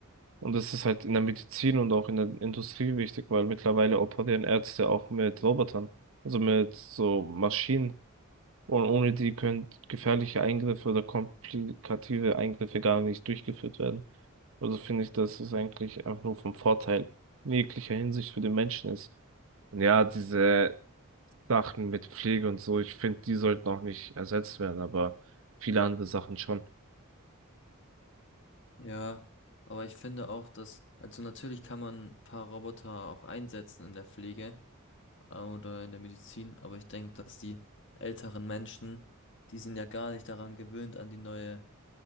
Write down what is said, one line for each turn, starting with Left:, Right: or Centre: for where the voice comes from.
Right: Und das ist halt in der Medizin und auch in der Industrie wichtig, weil mittlerweile operieren Ärzte auch mit Robotern, also mit so Maschinen. Und ohne die können gefährliche Eingriffe oder komplikative Eingriffe gar nicht durchgeführt werden. Also finde ich, dass es eigentlich einfach nur vom Vorteil in jeglicher Hinsicht für den Menschen ist. Und ja, diese Sachen mit Pflege und so, ich finde, die sollten auch nicht ersetzt werden, aber viele andere Sachen schon.
Left: Ja, aber ich finde auch, dass, also natürlich kann man ein paar Roboter auch einsetzen in der Pflege äh, oder in der Medizin, aber ich denke, dass die älteren Menschen, die sind ja gar nicht daran gewöhnt an die neue